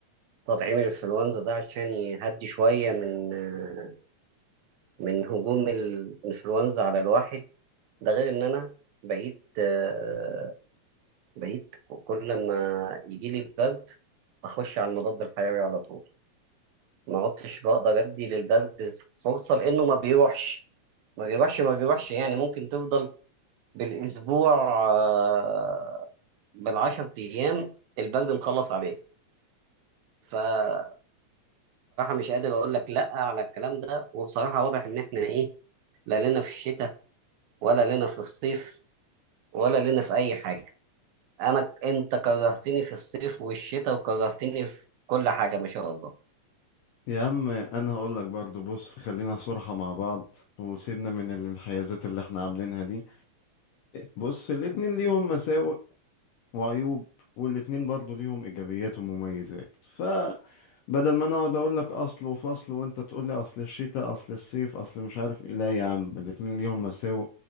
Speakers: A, on the right (about 80°); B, on the left (about 80°).
A: تطعيم الإنفلونزا ده عشان يهدي شوية من آه، من هجوم الانفلونزا على الواحد ده غير ان انا بقيت آه، بقيت كل ما يجي لي برد اخش على المضاد الحيوي على طول ما عدتش بقدر ادي للبرد فرصه لانه ما بيروحش ما بيروحش ما بيروحش يعني ممكن تفضل بالاسبوع آه، بالعشر ايام البرد مخلص عليه فبصراحه مش قادر اقول لك لا على الكلام ده وبصراحه واضح ان احنا ايه لا لنا في الشتاء ولا لنا في الصيف ولا لينا في اي حاجه انا انت كرهتني في الصيف والشتاء وكرهتني في كل حاجه ما شاء الله
B: يا عم انا هقول لك برضو بص خلينا صراحة مع بعض وسيبنا من الانحيازات اللي احنا عاملينها دي بص الاتنين ليهم مساوئ وعيوب والاتنين برضو ليهم ايجابيات ومميزات فبدل ما انا اقعد اقول لك اصل وفصل وانت تقول لي اصل الشتاء اصل الصيف اصل مش عارف ايه لا يا عم الاتنين ليهم مساوئ